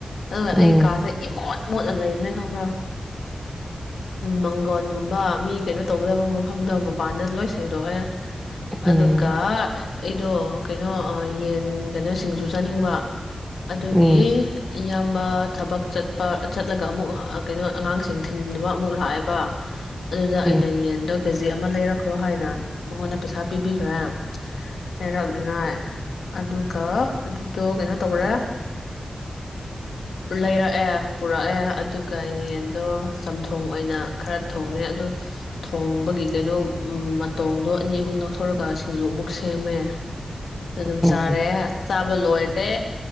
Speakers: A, on the left; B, in the centre.
A: <inaudible> ꯑ
B: ꯎꯝ
A: ꯑꯩ ꯀꯥꯁꯦ ꯏꯃꯣ ꯃꯣꯠꯂ ꯂꯩꯌꯦꯅ ꯈꯪꯕ꯭ꯔꯥ ꯃꯪꯒꯣꯟꯒꯨꯝꯕ ꯃꯤ ꯀꯩꯅꯣ ꯇꯧꯒꯗꯕ ꯃꯐꯝꯗꯣ ꯃꯄꯥꯟꯗ ꯂꯣꯏ ꯁꯦꯡꯗꯣꯛꯑꯦ
B: ꯎꯝ
A: ꯑꯗꯨ ꯒ ꯑꯩꯗꯣ ꯀꯩꯅꯣ ꯌꯦꯟ ꯀꯩꯅꯣ ꯁꯤꯡꯖꯨ ꯆꯥꯅꯤꯡꯕ ꯑꯗꯨꯒꯤ
B: ꯎꯝ
A: ꯏꯌꯥꯝꯕ ꯊꯕꯛ ꯆꯠꯄ ꯆꯠꯂꯒ ꯑꯃꯨꯛ ꯀꯩꯅꯣ ꯑꯉꯥꯡꯁꯤꯡ ꯊꯤꯟꯅꯕ ꯑꯃꯨꯛ ꯂꯥꯛꯑꯦꯕ ꯑꯗꯨꯗ
B: ꯎꯝ
A: ꯑꯩꯅ ꯌꯦꯟꯗꯣ ꯀꯦꯖꯤ ꯑꯃ ꯂꯩꯔꯛꯈ꯭ꯔꯣ ꯍꯥꯏꯅ ꯃꯉꯣꯟꯗ ꯄꯩꯁꯥ ꯄꯤꯕꯤꯈ꯭ꯔꯥ ꯂꯩꯔꯛꯅꯤꯉꯥꯏ ꯑꯗꯨꯒ ꯑꯗꯨꯗꯣ ꯀꯩꯅꯣ ꯇꯧꯔꯦ ꯂꯩꯔꯛꯑꯦ ꯄꯨꯔꯛꯑꯦ ꯑꯗꯨꯒ ꯌꯦꯟꯗꯣ ꯆꯝꯊꯣꯡ ꯑꯣꯏꯅ ꯈꯔ ꯊꯣꯡꯉꯦ ꯑꯗ ꯊꯣꯡꯕꯒꯤ ꯀꯩꯅꯣ ꯃꯇꯣꯡꯗꯣ ꯑꯅꯤ ꯑꯍꯨꯝ ꯂꯧꯊꯣꯛꯣꯔꯒ ꯁꯤꯡꯖꯨ ꯑꯃꯨꯛ ꯁꯦꯝꯃꯦ ꯑꯗꯨ ꯑꯗꯨꯝ
B: ꯎꯝ
A: ꯆꯥꯔꯦ ꯆꯥꯕ ꯂꯣꯏ ꯗ